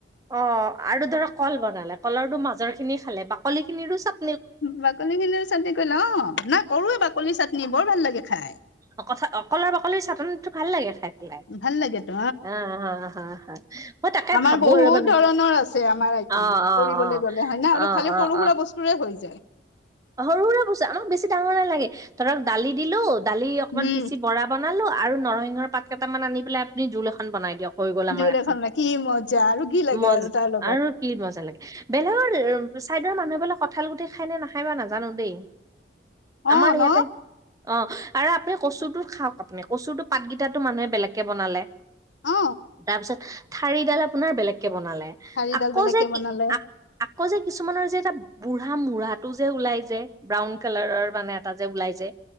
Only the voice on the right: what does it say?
অ' আৰু ধৰা কল বনালে কলৰটো মাজৰ খিনি খালে বাকলি খিনিৰো চ
অ' কথা অকলৰ বাকলিৰ চাটনতো ভাল লাগে খাই।
অ' হা হা হা মই তাকে
ভাবো
আৰু মানে
অ', অ',
অ',
অ',
অ',
অ'।
সৰু সুৰা বজা আমাক বেছি ডাঙৰ নালাগে ধৰা দালি দিলো দালি অকণমান
পিচি বৰা বনালোঁ আৰু নৰসিংহৰ পাত কেইটামান আনি পেলাই আপুনি জোল এখন বনাই দিয়ক। হৈ গল আমাৰ
এখন
মজ
আৰু কি মজা লাগে, বেলেগৰ চাই ৰ মানুহ বেলে কঁঠাল গুটি খাই নে নাখায় বা নাজানো দেই, আমাৰ
ইয়াতে
অ' আৰু আপুনি কচুটো খাওক আপুনি কচুটো পাতকেইটা মানুহে বেলেগকে বনালে।
তাৰপিছত ঠাৰিডাল আপোনাৰ বেলেগ বনালে
আকৌ
যে
আক-আকৌ যে কিছুমানৰ যে এটা বুঢ়া মুৰা টো যে ওলাই যে ব্ৰাউন কালাৰৰ মানে এটা যে ওলাই যে।